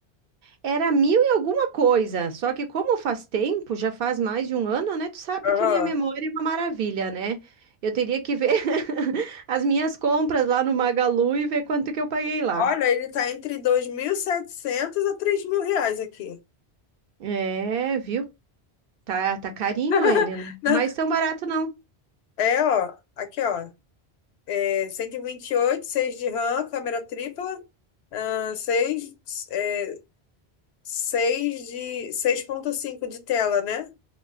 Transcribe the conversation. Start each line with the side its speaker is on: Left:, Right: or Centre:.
Right: Era mil e alguma coisa, só que como faz tempo, já faz mais de um ano, né? Tu sabe
Left: Aham.
Right: que a minha memória é uma maravilha, né? Eu teria que ver <laughs> as minhas compras lá no Magalu e ver quanto que eu paguei lá.
Left: Olha, ele tá entre 2.700 a 3.000 reais aqui.
Right: É, viu? Tá, tá carinho
Left: <laughs>
Right: ele, né?
Left: Não,
Right: Mas tão barato não.
Left: É, ó, aqui, ó. É 128, 6 de RAM, câmera tripla, ah, 6 é, seis de seis vírgula cinco de tela, né?